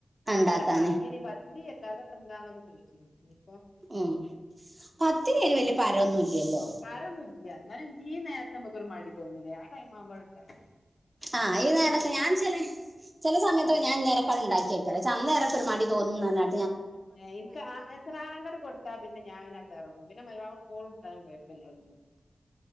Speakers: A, on the left (about 60°); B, on the right (about 25°).
A: അപ്പൊ
B: ഉണ്ടാക്കാന്
A: അങ്ങനെ പറഞ്ഞീനി പത്തിരി അല്ലാതെ ഇപ്പൊ എന്താണന്നു ചോദിച്ചുനീ ഇപ്പം
B: ഉം. പത്തിന് അതിന്
A: പത്തിരി
B: വലിയ പരമൊന്നും ഇല്ലല്ലോ
A: വാറെഒന്നും ഇല്ലേ ഇല്ല എന്നാലും ഇതിലും നേരത്തെ നമുക്ക് ഒരു മടി തോന്നൂല്ലേ ആ ടൈം ആവുമ്പോഴ ഉണ്ടാക്കുക
B: ആഹ് ഈ നേരത്ത് ഞാൻ ചില ചെല സമയത്തൊക്ക
A: ഉം
B: ഞാൻ നേരത്തെ ഉണ്ടാക്കി വെക്കല് അന്നേര - മടി തോന്നും ന
A: എനിക്ക് അസ <unintelligible> ർ ബാങ്ക് കൊടുത്താ പിന്നെ ഞാൻ അങ്ങട്ട് ഇറങ്ങും പിന്നെ മഗ്‌രി <unintelligible> ബ് കൊടുത്താനും ഇപ്പ എല്ലാർക്കും ഒന്നും -